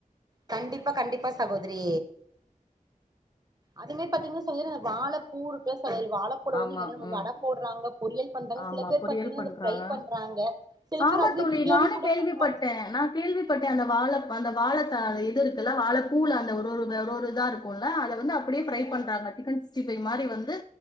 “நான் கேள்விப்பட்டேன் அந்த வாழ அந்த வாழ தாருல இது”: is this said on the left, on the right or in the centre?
Left